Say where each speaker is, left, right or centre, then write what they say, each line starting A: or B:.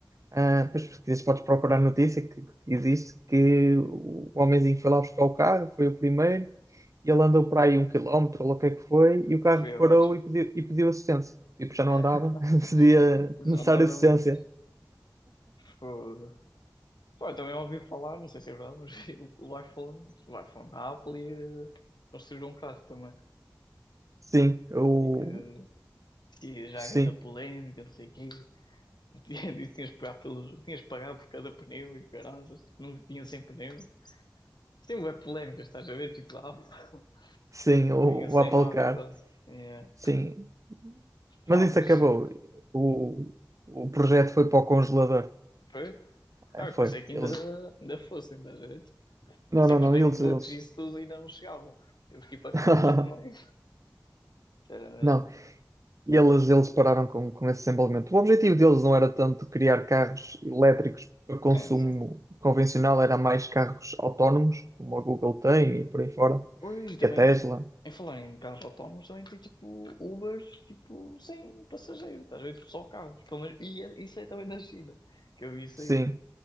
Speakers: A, on the right; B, on the left.
A: Ah, depois, se quiseres, podes procurar a notícia que que existe que o homenzinho foi lá buscar o carro, foi o primeiro, e ele andou para aí um quilómetro, ou lá o que é que foi, e o carro
B: E foi abaixo,
A: parou e pediu, e pediu assistência. Tipo, já não
B: <laughs>
A: andava, <laughs> seria
B: já
A: necessária
B: andava
A: assistência.
B: mais. Fogo. Pá, eu também ouvi falar, não sei se é verdade, mas <laughs> o, o iPhone, o iPhone, a Apple ia construir um carro também.
A: Sim, o,
B: E que tinha já
A: sim,
B: a grande polémica, não sei o quê. <laughs> E tinhas de pagar pelos, tinhas de pagar por cada pneu e o caraças, tipo, não vinha sem pneu. Tem uma polémica, estás a ver? Tipo, a Apple <laughs>
A: sim, o,
B: vinha sem
A: o Apple
B: nada
A: Car,
B: quase. Yeah.
A: sim. Mas
B: Pá,
A: isso
B: mas
A: acabou.
B: sim,
A: O, o projeto foi para o congelador.
B: foi.
A: Ah,
B: Ah,
A: Foi.
B: eu pensei que ainda,
A: Eles,
B: ainda fossem, estás a ver? Tipo,
A: não,
B: pensei
A: não,
B: que
A: não,
B: os MacBooks
A: eles, eles.
B: e isso tudo ainda não chegavam. Temos que ir para
A: <laughs>
B: carros também. Era mesmo.
A: Não, E eles, eles pararam com, com esse desenvolvimento. O objetivo deles não era tanto criar carros elétricos para consumo
B: Sim, sim.
A: convencional, era mais carros autónomos, como a Google tem e por aí fora,
B: Pois, e também,
A: e a Tesla.
B: em falar em carros autónomos, também tem tipo Ubers, tipo, sem passageiro, estás a ver? Tipo, só carros. Pelo menos, e é- isso é também da China, que eu vi isso
A: Sim,
B: aí.